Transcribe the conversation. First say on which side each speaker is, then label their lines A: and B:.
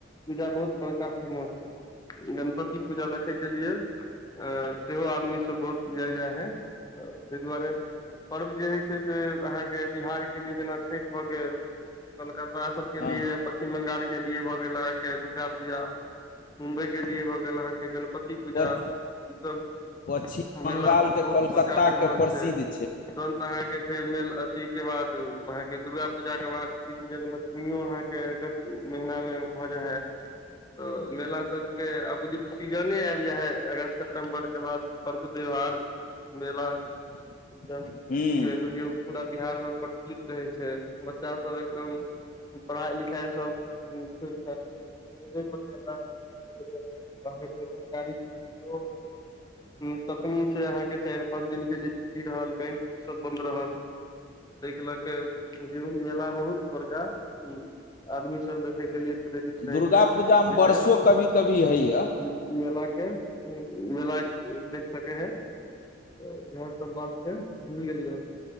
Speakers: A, on the left; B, on the left.
A: पूजा बहुत बड़का फेमस छै गणपति पूजा देखैय के लिए अ सेहो आदमी सब बहुत जाय जाय है त ताहि दुआरे पर्व जे होइ छै से अहाँके बिहारके लिए जेना छइठ भऽ गेल कलकत्ता सबके
B: हँ
A: लिए पश्चिम बंगालके लिए भऽ गेल अहाँके दुर्गा पूजा मुम्बइके लिए भऽ गेल अहाँके गणपति पूजा
B: पच
A: ईसब
B: पश्चिम बंगालके
A: मेला बहुत
B: कोलकाताके
A: बड़का फेमस
B: प्रसिद्ध
A: छै तुरन्त अहाँके फेर मेल अथीके बाद अहाँके दुर्गा पूजाके बाद कृष्ण जन्माष्टमियो अहाँके अगस्त महिनामे भ जाई है तऽ मेला सबके आबू जे तऽ सीजने आबि जाय है अगस्त सितम्बर के बाद पर्व त्यौहार मेला
B: <inaudible>
A: ई सब
B: हूँ
A: के बुझियौ पूरा बिहार मे प्रचलित रहै छै बच्चा सब एकदम पढ़ाई लिखाई सब छोड़ छाड़ के मेजा है सरकारी क्ष वहके सतमीसे अहाँके चार पाँच दिन जे छुट्टी रहल बैंकसब बन्द रहल ताहिके लऽ कऽ बुझियौ मेला बहुत बड़का ह्म आदमी सब देखैके लिए प्रेरित रहै
B: दुर्गा
A: छै
B: पूजामे
A: विशेष
B: वर्षो कभी कभी होइए
A: मेला मेला देख सकै हैय सब बात छै भुल गेलियै